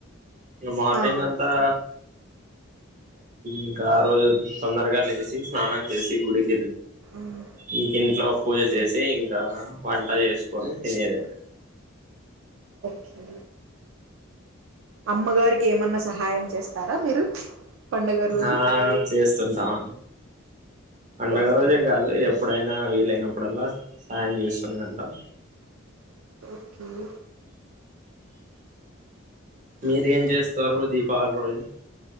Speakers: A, on the right; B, on the right.
A: ఇక మార్నింగ్
B: ఆ
A: అంతా ఇంకా ఆ రోజు తొందరగా లేచి స్నానం చేసి గుడికి
B: మ్మ్
A: ఇంకా ఇంట్లో పూజ చేసి ఇంకా వంట చేసుకొని తినేది మేడం
B: ఓకే అమ్మ గారికి ఏమన్నా సహాయం చేస్తారా మీరు పండుగ రోజు
A: ఆ చేస్తుంటాం పండగ
B: ఓకే
A: రోజే కాదు ఎప్పుడైనా వీలయినప్పుడల్లా సాయం చేస్ <unintelligible>
B: ఓకే
A: మీరేం చేస్తారు దీపావళి రోజు